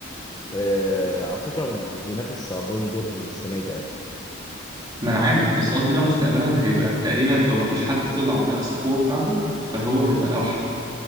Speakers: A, on the left (about 20°); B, on the right (about 20°).
A: آه، على فكره بينافس على البالون دور السنه دي عادي
B: ما انا عارف بس قصدي بقى مستقبلا هيبقى تقريبا لو ما فيش حد طلع بنفس القوه بتاعته فهو هيبقى الاوحد